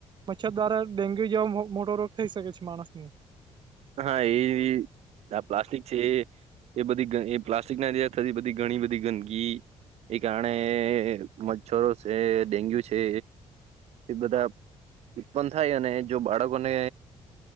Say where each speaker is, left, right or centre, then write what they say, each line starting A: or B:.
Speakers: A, on the right; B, on the right.
A: મચ્છર દ્વારા ડેન્ગ્યુ જેવા મોટો રોગ થઈ શકે છે માણસ ને.
B: હા એ આ પ્લાસ્ટિક છે એ. એ બધી એ પ્લાસ્ટિક ના થતી બધી ઘણી બધી ગંદગી. એ કારણે મચ્છરો છે ડેન્ગ્યુ છે. એ બધા ઉત્પન્ન થાય અને જો બાળકોને